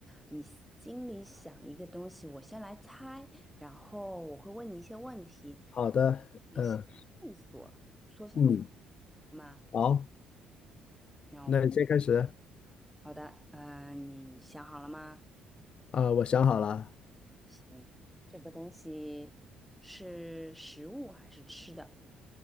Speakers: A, in the centre; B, on the left (about 45°).
A: 你心里想一个东西，我先来猜，然后我会问你一些问题，
B: 好的，
A: 一些线索，
B: 嗯
A: 缩小范围，
B: 嗯，
A: 好吗？
B: 好，
A: 那我们
B: 那你先开始
A: 好的，嗯，你想好了吗？
B: 啊，我想好了，
A: 行，这个东西是食物还是吃的？